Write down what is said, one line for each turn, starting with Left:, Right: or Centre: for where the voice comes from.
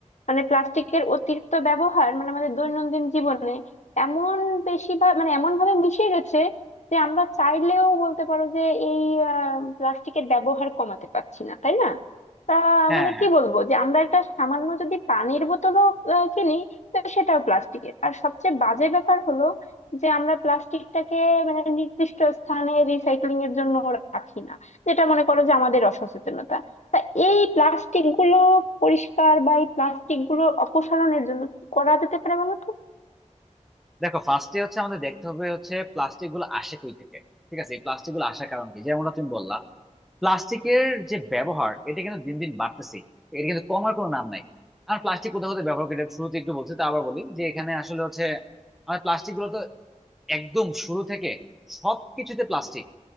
Left: মানে প্লাস্টিকের অতিরিক্ত ব্যবহার মানে আমাদের দৈনন্দিন জীবনে এমন বেশি ভা- মানে এমন ভাবে মিশে গেছে যে আমরা চাইলেও বলতে পারো যে এই প্লাস্টিকের ব্যবহার কমাতে পারছি না তাই না তা
Centre: হ্যাঁ
Left: মানে
Centre: হ্যাঁ
Left: কি বলবো যে আমরা একটা সামান্য যদি পানির বোতলও আহ, কিনি তো সেটাও প্লাস্টিকের আর সবচেয়ে বাজে ব্যাপার হলো যে আমরা প্লাস্টিকটাকে মানে নির্দিষ্ট স্থানে রিসাইক্লিং এর জন্য রাখি না যেটা মনে করো যে আমাদের অসচেতনতা তা এই প্লাস্টিক গুলো পরিষ্কার বা এই প্লাস্টিক গুলো অপসারণের জন্য কি করা যেতে পারে বলো তো
Centre: দেখো ফার্স্টে হচ্ছে আমাদের দেখতে হবে হচ্ছে প্লাস্টিক গুলো আসে কই থেকে ঠিক আছে এই প্লাস্টিক গুলো আসার কারণ কি যেমনটা তুমি বললা প্লাস্টিকের যে ব্যবহার এটা কিন্তু দিন দিন বাড়তেছে এটা কিন্তু কমার কোনো নাম নাই আর প্লাস্টিক কোথাও কোথাও ব্যবহার করে এটা শুরুতে একটু বলছি তা আবার বলি যে এখানে আসলে হচ্ছে আমার প্লাস্টিক গুলো তো একদম শুরু থেকে সবকিছুতে প্লাস্টিক